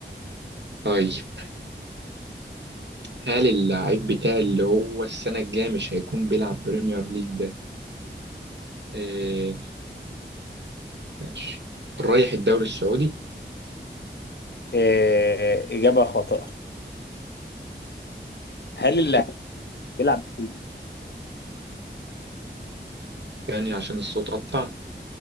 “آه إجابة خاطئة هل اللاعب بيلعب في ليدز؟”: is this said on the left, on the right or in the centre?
Left